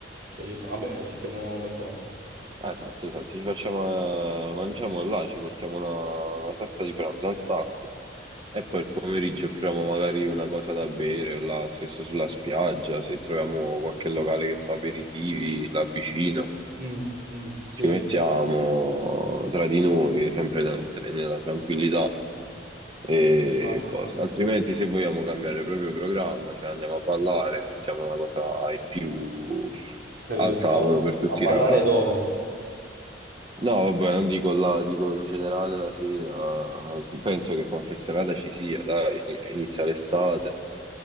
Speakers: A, on the right; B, on the right.
A: cioè, ci siamo- vabbè, ci siamo un bel po'.
B: Ah, Esatto, esatto, ci facciamo, eh, mangiamo là, ci portiamo una, una sorta di pranzo al sacco e poi il pomeriggio offriamo magari una cosa da bere là, stesso sulla spiaggia, se troviamo qualche locale che fa aperitivi là vicino.
A: Mm, mm, sì,
B: ci mettiamo tra di noi, sempre da- tra- nella tranquillità e
A: no, ci sta.
B: cose. Altrimenti, se vogliamo cambiare proprio il programma, cioè andiamo a ballare, mettiamo una cosa in più
A: Per
B: al
A: il
B: tavolo
A: tavolo.
B: per tutti
A: A ballare
B: i ragazzi.
A: dove?
B: No, vabbè, non dico là, dico in generale la sera. Penso che qualche serata ci sia, dai, in- inizia l'estate.